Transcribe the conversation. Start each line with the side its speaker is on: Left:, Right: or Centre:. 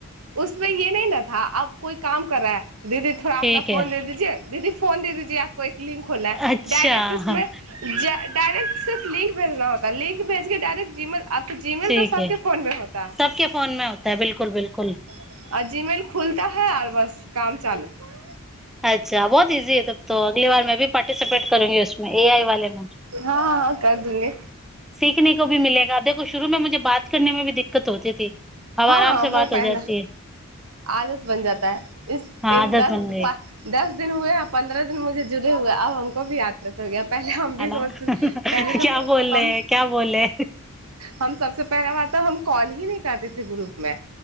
Right: <unintelligible>
Centre: ठीक
Right: <unintelligible>
Centre: है अच्छा
Right: <unintelligible>
Centre: हाँ
Right: <unintelligible>
Centre: ठीक है <unintelligible>
Right: <unintelligible>
Centre: <unintelligible>
Right: हँ करर दनी।
Centre: सीखने को भी मिलेगा देखो शुरूमे मुझे बात करने मे भी दिक्कत होती थी अब आराम
Right: हँ हँ,
Centre: से
Right: वो
Centre: बात
Right: पहला
Centre: हो जाती है
Right: आदत बन जाता है इस
Centre: हाँ
Right: इन
Centre: आदत
Right: दस
Centre: बन गई
Right: दस दिन हुए हैं आ पन्द्रह दिन मुझे जुड़े हूए अब हमको भी आ <unintelligible> पहिले हम
Centre: है
Right: भी
Centre: ना
Right: सोचते पहिले
Centre: क्या
Right: त
Centre: बोल रहे
Right: हम
Centre: हैं क्या बोले
Right: हम सबसँ पहला बात त हम कॉल ही नहि करते थे ग्रुप मे